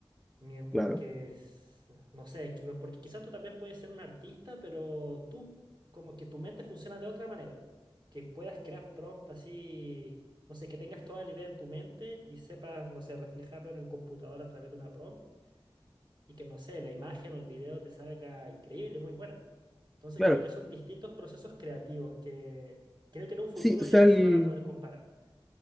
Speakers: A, on the right (about 50°); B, in the centre.
A: Mientras
B: claro,
A: que, es- no sé, que- porque quizás tú también puedes ser un artista, pero tú, como que tu mente funciona de otra manera. Que puedas crear prompt así, no sé, que tengas toda la idea en tu mente y sepas, no sé, reflejarlo en el computador a través de una prompt y que, no sé, la imagen o el video te salga increíble, muy buena. Entonces
B: claro.
A: creo que son distintos procesos creativos que creo que en un futuro
B: Sí, o
A: ya
B: sea,
A: no
B: el-
A: se van a poder comparar.